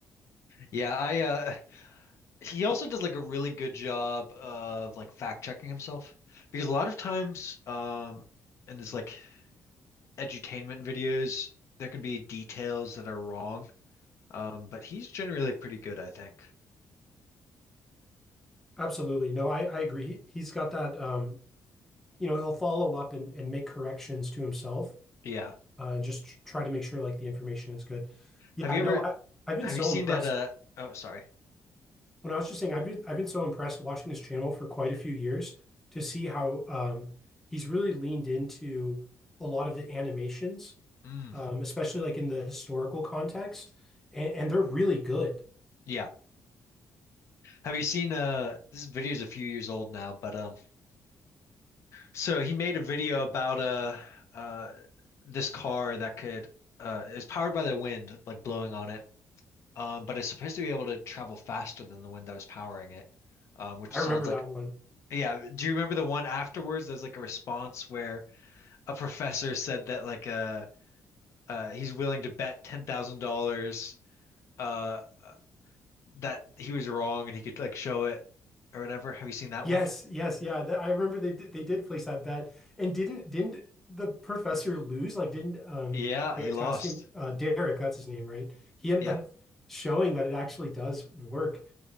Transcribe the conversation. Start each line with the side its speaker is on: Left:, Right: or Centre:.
Left: yeah, I uh, he also does like a really good job of like fact checking himself because a lot of times um in this like edutainment videos there can be details that are wrong um but he's generally pretty good I think
Centre: Absolutely. No, I, I agree. He, he's got that, um, you know, he'll follow up and, and make corrections to himself
Left: yeah
Centre: uh, and just tr- try to make sure like the information is good. Yeah,
Left: have you
Centre: no,
Left: ever
Centre: I, I've been
Left: have
Centre: so
Left: you seen
Centre: impressed.
Left: that uh oh sorry
Centre: When I was just saying, I've been, I've been so impressed watching his channel for quite a few years to see how um, he's really leaned into a lot of the animations,
Left: mm,
Centre: um, especially like in the historical context, and, and they're really good.
Left: yeah have you seen uh this video is a few years old now but um so he made a video about uh uh this car that could uh it powered by the wind like blowing on it Um, but it's supposed to be able to travel faster than the wind that was powering it, um, which
Centre: I
Left: sounds
Centre: remember
Left: like
Centre: that one.
Left: yeah. Do you remember the one afterwards? There's like a response where a <laughs> professor said that like uh, uh he's willing to bet ten thousand dollars uh uh, that he was wrong and he could like show it or whatever. Have you seen that
Centre: Yes,
Left: one?
Centre: yes, yeah. That, I remember they did, they did place that bet, and didn't didn't the professor lose? Like, didn't um
Left: Yeah,
Centre: Veritasium
Left: he lost.
Centre: uh, Derek? That's his name, right? He ended
Left: Yeah,
Centre: up showing that it actually does work.